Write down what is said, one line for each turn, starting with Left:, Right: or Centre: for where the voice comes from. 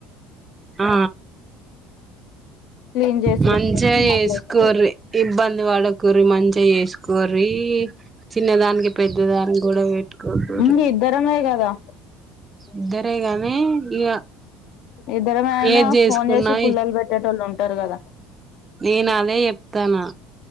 Right: ఆ
Left: క్లీన్ చేసుడు
Right: మంచిగా చేసుకోర్రి
Left: మళ్ళీ వస్తది
Right: ఇబ్బంది పడకుర్రి మంచిగా చేసుకోర్రి చిన్నదానికి పెద్దదానికి గొడవపెట్ కొకుర్రి
Left: ఇంగ ఇద్దరమే కదా
Right: ఇద్దరేగాని ఇగ
Left: ఇద్దరమే అయినా
Right: ఏది చేసుకున్నా
Left: ఫోన్ చేసి పుల్లలు పెట్టేటోళ్ళు ఉంటారు కదా
Right: నేనదే చెప్తానా